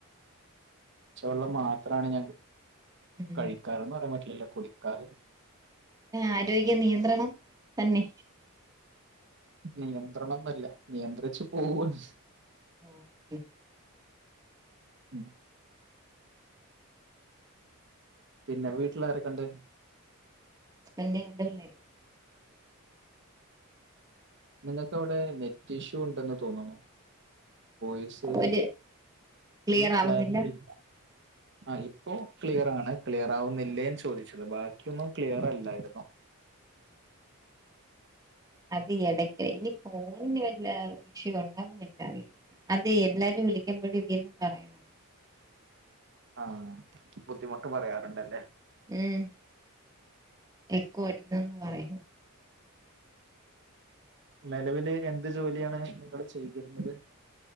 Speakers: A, on the right (about 50°); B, on the right (about 15°).
A: പച്ചവെള്ളം മാത്രമാണ് ഞാൻ
B: ഉം
A: കഴിക്കാറ്ന്ന് പറയാൻ പറ്റില്ലല്ലോ കുടിക്കാറ്.
B: ആരോഗ്യ നിയന്ത്രണം തന്നെ
A: നിയന്ത്രണം എന്നല്ല നിയന്ത്രിച്ച് പോവ്ന്ന്
B: ഓ <inaudible>
A: ഉം <inaudible> പിന്നെ വീട്ടിലാരൊക്കെ ഉണ്ട്
B: ഹസ്ബന്റ് രണ്ട് പിള്ളേരും
A: നിങ്ങൾക്ക് അവിടെ നെറ്റ് ഇഷ്യൂ ഉണ്ടെന്ന് തോന്നുന്നു. യിസ്
B: ഒരു ക്ലിയർ
A: ഫുൾ
B: ആവുന്നില്ല
A: ക്ലാരിറ്റി ഇല്ല ആ <unintelligible> ഇപ്പോൾ ക്ലിയറാണ് ക്ലിയർ ആവുന്നില്ലേന്ന് ചോദിച്ചത് ബാക്കിയൊന്നും ക്ലിയർ അല്ലായിരുന്നു
B: അത് ഇടയ്ക്ക് ഇനി ഫോണിന് വല്ല വിഷയം ഉണ്ടാന്ന് വെച്ചാറിയാം അതെ എല്ലാരും വിളിക്കുമ്പഴും ഇതി തന്നെ പറയണം
A: ആഹ ബുദ്ധിമുട്ട് പറയാറുണ്ടല്ലേ
B: ഉം എക്ക അടിക്കണംന്ന് പറയ്
A: നെലവില് എന്ത് ജോലിയാണ് നിങ്ങൾ ചെയ്തിരുന്നത്